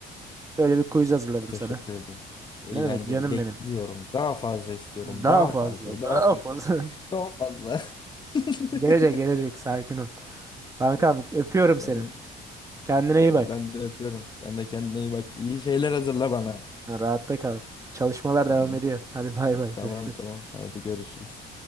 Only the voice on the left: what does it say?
Teşekkür
ederim. Eğlenceli.
Bekliyorum.
Daha fazla istiyorum.
Daha
fazla.
Daha fazla.
Daha fazla. <laughs>
Tamam.
Hadi
ben de öpüyorum. Sen de kendine iyi bak. İyi şeyler hazırla bana.
Tamam.
Tamam
tamam. Hadi görüşürüz.